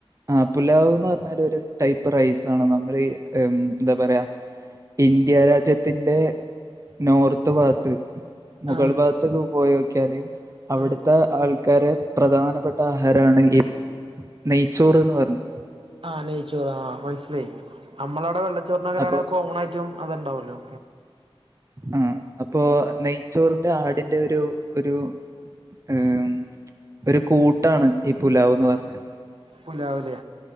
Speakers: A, on the right; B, on the right.
A: ആഹ് പുലാവ്ന്ന് പർഞ്ഞാല് ഒര് ടൈപ്പ് റൈസാണ് നമ്മളീ ഉം ന്താ പറയാ ഇന്ത്യാ രാജ്യത്തിന്റെ നോർത്ത് ഭാഗ്ത്ത് മുകൾ
B: ആഹ്
A: ഭാഗത്തൊക്കെ പോയാേക്ക്യാല് അവിട്ത്തെ
B: ആഹ്
A: ആൾക്കാര് പ്രധാനപ്പെട്ട ആഹാരാണ് ഈ നെയ്ച്ചോറ്ന്ന് പർഞ്ഞ്
B: ആഹ് നെയ്ച്ചോറ് ആഹ് മൻസ്സ്ലായി നമ്മളവ്ടെ വെള്ളച്ചോർനകരവ്ടെ
A: അപ്പൊ
B: കോമണായ്ട്ടും അത്ണ്ടാവാെല്ലോ
A: ഉം അപ്പോ നെയ്ച്ചോർന്റെ ആടിന്റെ ഒരു ഒരു ഏം ഒര് കൂട്ടാണ് ഈ പുലാവ്ന്ന് പർഞ്ഞാല്
B: പുലാവ്‌ലേ